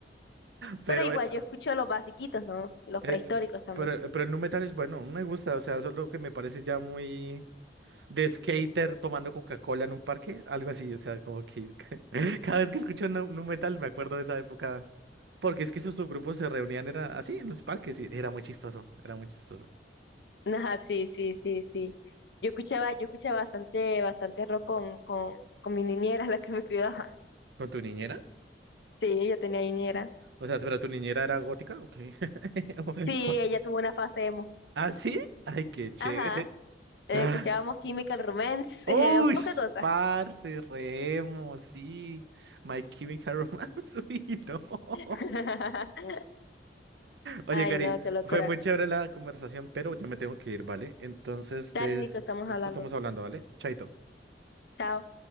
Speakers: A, on the right (about 75°); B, on the left (about 75°).
A: <laughs> pero,
B: Pero igual,
A: eh,
B: yo escucho los basiquitos, ¿no? Los
A: eh,
B: prehistóricos también.
A: pero, eh, pero el nu metal es bueno, me gusta, o sea, solo que me parece ya muy de skater tomando Coca-Cola en un parque, algo así, o sea, como que <laughs> cada vez que escucho nu, nu metal me acuerdo de esa época, porque es que esos subgrupos se reunían, era así, en los parques, y era muy chistoso, era muy chistoso.
B: Ajá, sí, sí, sí, sí. Yo escuchaba, yo escuchaba bastante, bastante rock con, con, con mi niñera, <laughs> la que me cuidaba.
A: ¿Con tu niñera?
B: Sí, ella tenía niñera.
A: O sea, pero tu niñera era gótica, ok. <laughs>
B: Sí, ella tuvo una fase emo.
A: Ah, sí, ay, qué chévere.
B: Ajá. eh,
A: <laughs>
B: escuchábamos Chemical Romance,
A: Uy,
B: <laughs> eh, poca cosa.
A: parce, Remo, sí. My Chemical Romance, <laughs> uy, no.
B: <laughs>
A: Oye,
B: Ay,
A: Cari,
B: no, qué locura.
A: fue muy chévere la conversación, pero ya me tengo que ir, ¿vale? Entonces,
B: Dale,
A: te...
B: Nico, estamos hablando.
A: estamos hablando, ¿vale? Chaito.
B: Chao.